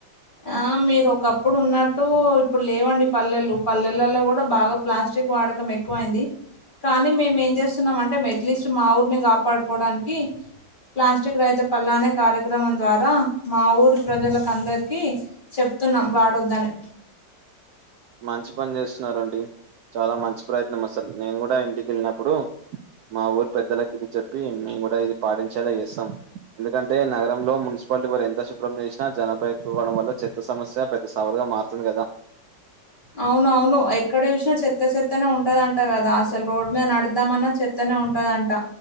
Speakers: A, on the left; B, on the right.
A: ఆ మీరు ఒకప్పుడు ఉన్నట్టు ఇప్పుడు లేవండి పల్లెలు పల్లెలలో కూడా బాగా ప్లాస్టిక్ ప్లాస్టిక్ వాడకం ఎక్కువ అయింది కానీ మేము ఏం చేస్తున్నామ అంటే అట్లీస్ట్ మా ఊరిని కాపాడుకోవడానికి ప్లాస్టిక్ రహిత పల్లానే కార్యక్రమం ద్వారా మా ఊరు ప్రజలకు అందరి కి చెప్తున్నాం వాడొద్దని
B: మంచి పని చేస్తున్నరండి చాలా మంచి ప్రయత్నం అసలు నేను కూడా ఇంటికి వెళ్ళినప్పుడు మా ఊరు పెద్దలకి ఇది చెప్పి మేము కూడా ఇది పాటించేలా చేస్తాం ఎందుకంటే నగరంలో మున్సిపాలిటీ వారు ఎంత శుభ్రం చేసినా జనభా ఎక్కువడం వల్ల చెత్త సమస్య పెద్ద మారుతుంది కదా
A: అవునవును ఎక్కడ చూసినా చెత్త చెత్తనే ఉంటదింటా కదా అసలు రోడ్ మీద నడుదామన్నా చెత్తనే ఉంటదంట